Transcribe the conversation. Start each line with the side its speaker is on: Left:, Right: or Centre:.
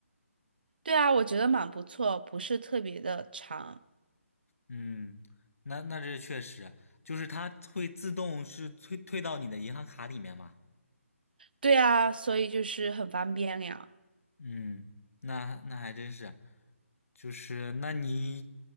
Right: 对啊，我觉得蛮不错，不是特别的长。
Left: 嗯，那那这确实就是它会自动是退退到你的银行卡里面嘛。
Right: 对啊，所以就是很方便呀。
Left: 嗯，那那还真是，就是那你